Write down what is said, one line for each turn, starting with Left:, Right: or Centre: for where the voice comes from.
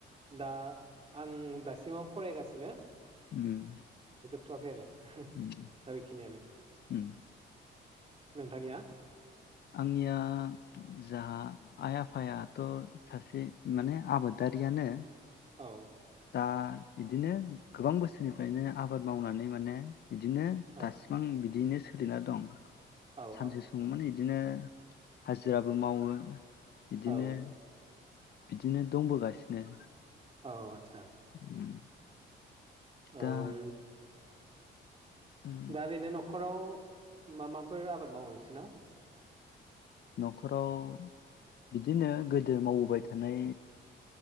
Right: दा आं दासिमाव फरायगासिनो
Left: उम
Right: थ आखै आरो हो
Left: उम
Right: दा बेखिनियानो
Left: उम
Right: नोंथानिया
Left: आंनिया जाहा आइ आफायाथ सासे माने आबादारियानो।
Right: औ
Left: दा बिदिनो गोबां बोसोरनिफ्रायनो आबाद मावनानै माने बिदिनो
Right: औ
Left: दासिबां बिदिनो सोलिना दं
Right: औ
Left: सानसे
Right: औ
Left: समाव माने बिदिनो हाजिराबो मावो बिदिनो
Right: औ
Left: बिदिनो दंबोगासिनो
Right: औ आदसा
Left: <inaudible> दा
Right: ओम
Left: उम
Right: दा ओरैनो न'खराव मा माफोर आबाद मावो नोंसिनाव
Left: न'खराव बिदिनो गोदो मावबोबाय थानाय